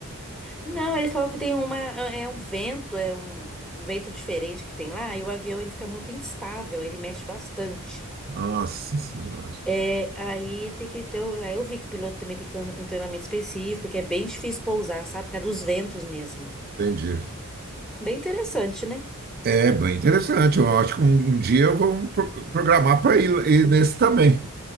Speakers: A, in the centre; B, on the right.
A: Não, eles falam que tem uma é é um vento, é um, um vento diferente que tem lá, e o avião ele fica muito instável, ele mexe bastante.
B: Nossa Senhora,
A: É, aí tem que ter. o- Aí eu vi que o piloto também tem que fazer um um treinamento específico, porque é bem difícil pousar, sabe? Por causa dos ventos mesmo.
B: entendi.
A: Bem interessante, né?
B: É bem interessante. Eu acho que um, um dia eu vou pro- programar para ir, ir nesse também.